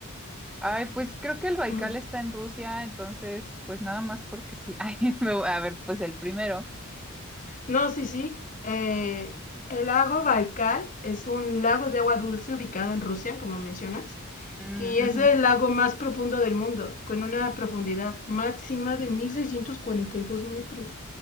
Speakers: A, in the centre; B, on the left (about 35°).
A: ay, pues creo que el Baikal
B: Mm,
A: está en Rusia, entonces, pues nada más porque sí. <laughs> Ay, me a ver, pues el primero.
B: No, sí, sí. Eh, el lago Baikal es un lago de agua dulce ubicado en Rusia, como mencionas,
A: Mm,
B: y es
A: ujú,
B: el lago más profundo del mundo, con una profundidad máxima de 1642 metros.